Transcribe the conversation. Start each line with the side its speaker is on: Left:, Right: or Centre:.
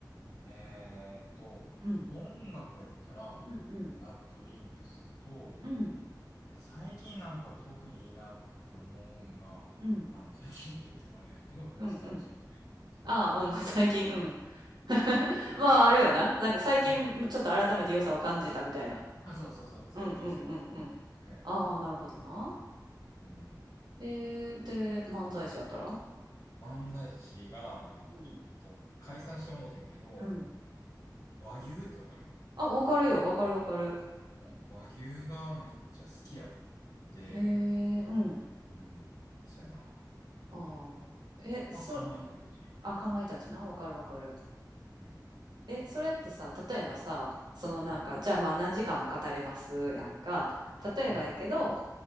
Left: えーっと、
Right: うん。
Left: 音楽やったら、
Right: うんうん
Left: ラッドウィンプスと、
Right: うん
Left: で、最近なんか特にいいなって思うんが、
Right: うん
Left: あの、最近って言ってもあれなんやけど、ミスターチルドレン。
Right: うんうんああーうん <laughs> 最近うん <laughs> まああるよななんか最近ちょっと改めて良さを感じたみたいな
Left: ああ、あそうそうそう、そういうこと、
Right: うんうんうんうん。
Left: そういうこと。うん。
Right: ああ、なるほどな。
Left: うん。
Right: えー、で、漫才師やったら
Left: 漫才師が、あの、
Right: うん。
Left: ちょっと解散してもうてんけど、
Right: うん。
Left: 和牛ってわかる
Right: あ、わかるよ。わかるわかる。
Left: うん。和牛がめっちゃ好きやって、
Right: へえ、うん。
Left: うん。そうやな。とか。
Right: ああ。え、
Left: まあ、
Right: そ、
Left: かまいたちとか。
Right: あ、かまいたちな。わかるわかる。
Left: うん。
Right: え、それってさ、例えばさ、そのなんか、
Left: うん。
Right: じゃあまあ何時間も語れますやんか。例えばやけど、
Left: うん。